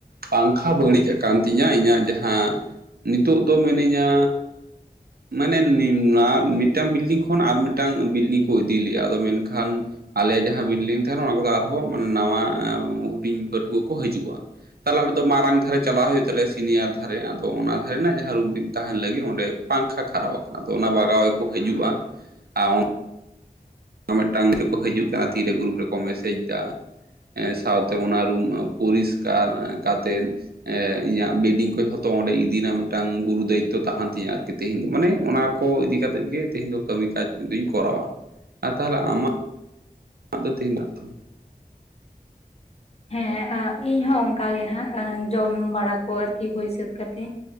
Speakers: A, on the right; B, on the left.
A: ᱯᱟᱝᱠᱷᱟ ᱵᱟᱹᱲᱤᱡ ᱟᱠᱟᱱ ᱛᱤᱧᱟᱹ ᱤᱧᱟᱹᱜ ᱡᱟᱦᱟᱸ ᱱᱤᱛᱚᱜ ᱫᱚ ᱢᱤᱱᱟᱹᱧᱟ ᱢᱟᱱᱮ ᱱᱚᱣᱟ ᱢᱤᱫ ᱴᱟᱝ ᱵᱤᱞᱰᱤᱝ ᱠᱷᱚᱱ ᱠᱷᱚᱱ ᱟᱨ ᱢᱤᱫᱴᱟᱝ ᱵᱤᱞᱰᱤᱝ ᱠᱚ ᱤᱫᱤ ᱞᱮᱭᱟ ᱟᱫᱚ ᱢᱮᱱᱠᱷᱟᱱ ᱟᱞᱮ ᱡᱟᱦᱟᱸ ᱵᱤᱞᱰᱤᱝ ᱛᱟᱦᱮᱱᱟ ᱚᱱᱟ ᱠᱚᱫᱚ ᱟᱨᱦᱚᱸ ᱢᱟᱱᱮ ᱱᱟᱣᱟ ᱦᱩᱰᱤᱧ ᱯᱟᱹᱴᱷᱩᱣᱟᱹ ᱠᱚ ᱦᱤᱡᱩᱜᱼᱟ ᱛᱟᱦᱚᱞᱮ ᱟᱞᱮ ᱫᱚ ᱢᱟᱨᱟᱝ ᱫᱷᱟᱨᱮ ᱪᱟᱞᱟᱜ ᱦᱩᱭᱩᱜ ᱛᱟᱞᱮᱭᱟ ᱥᱤᱱᱤᱭᱟᱨ ᱫᱷᱟᱨᱮ ᱟᱫᱚ ᱚᱱᱟ ᱫᱷᱟᱨᱮᱱᱟᱜ ᱡᱟᱦᱟᱸ ᱨᱩᱢ ᱛᱟᱦᱮᱱ ᱞᱟᱹᱜᱤᱫ ᱚᱸᱰᱮ ᱯᱟᱝᱠᱷᱟ ᱠᱷᱟᱨᱟᱯ ᱟᱠᱟᱱᱟ ᱫᱚ ᱚᱱᱟ ᱵᱟᱜᱟᱣ ᱜᱮᱠᱩ ᱦᱟᱹᱡᱩᱜᱼᱟ <unintelligible> ᱟᱨ ᱢᱤᱫ ᱴᱟᱝ ᱠᱚ ᱦᱤᱡᱩᱜ ᱠᱟᱱᱟ ᱛᱤᱨᱮ ᱜᱨᱩᱯ ᱨᱮᱠᱚ ᱢᱮᱥᱮᱡᱽ ᱫᱟ ᱦᱮᱸ ᱥᱟᱶᱛᱮ ᱚᱱᱟ ᱨᱩᱢ ᱯᱚᱨᱤᱥᱠᱟᱨ ᱠᱟᱛᱮᱫ ᱮ ᱤᱧᱟᱹᱜ ᱵᱮᱰᱤᱝ ᱠᱚ ᱡᱷᱚᱛᱚ ᱚᱸᱰᱮ ᱤᱫᱤ ᱨᱮᱱᱟᱜ ᱢᱤᱫᱴᱟᱝ ᱜᱩᱨᱩ ᱫᱟᱭᱤᱛᱚ ᱛᱟᱦᱮᱱ ᱛᱤᱧᱟ ᱟᱨᱠᱤ ᱛᱮᱦᱤᱧ ᱫᱚ ᱢᱟᱱᱮ ᱚᱱᱟ ᱠᱚ ᱤᱫᱤ ᱠᱟᱛᱮᱫ ᱜᱮ ᱛᱮᱦᱮᱧ ᱫᱚ ᱠᱟᱹᱢᱤ ᱠᱟᱡᱽ ᱤᱧ ᱫᱚᱧ ᱠᱚᱨᱟᱣᱟ ᱟ ᱛᱟᱦᱚᱞᱮ ᱟᱢᱟᱜ ᱫᱚ ᱛᱮᱱ ᱨᱮᱱᱟᱜ ᱛᱚ
B: ᱦᱮᱸ ᱤᱧ ᱦᱚᱸ ᱚᱱᱠᱟᱜ ᱜᱮ ᱦᱟᱸᱜ ᱡᱚᱢ ᱵᱟᱲᱟ ᱠᱚ ᱟᱨᱠᱤ ᱦᱩᱭ ᱥᱟᱹᱛ ᱠᱟᱛᱮᱜ